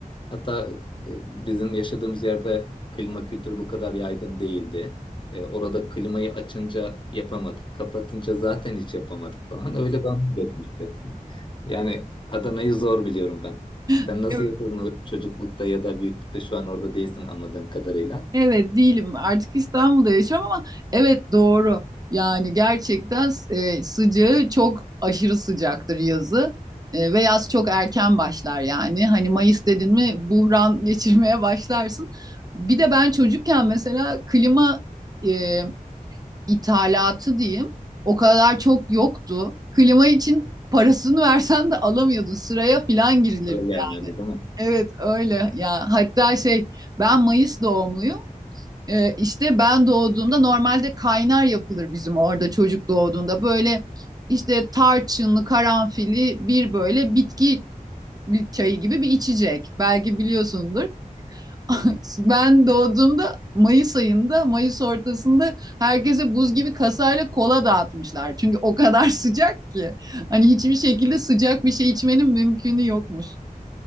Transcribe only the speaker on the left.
Hatta e, bizim yaşadığımız yerde klima kültürü bu kadar yaygın değildi. E, orada klimayı açınca yapamadık. Kapatınca zaten hiç yapamadık falan. Öyle bana geçmişti. <laughs> Yani Adana'yı zor biliyorum ben. Sen
nasıl yaşadın o çocuklukta ya da büyüklükte şu an orada değilsin anladığım kadarıyla.
Oraya gelmiyordu
değil mi?